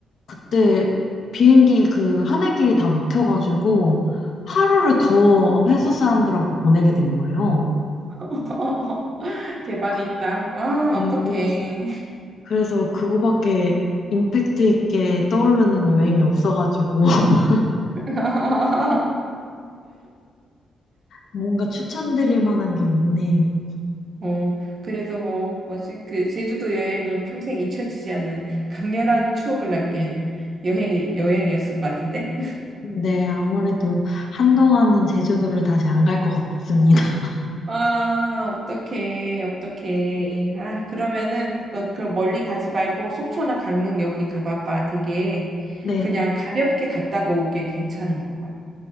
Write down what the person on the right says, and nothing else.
<laughs> 대박이다.
아,
어떡해.
<laughs>
어, 그래도 뭐, 뭐지, 그, 제주도 여행은 평생 잊혀지지 않는 강렬한 추억을 남긴 여행, 여행이었을 것 같은데?
아, 어떡해, 어떡해. 아, 그러면은, 너 그럼 멀리 가지 말고 속초나 강릉 여기 가봐봐. 되게
그냥 가볍게 갔다가 오기에 괜찮은 것 같아.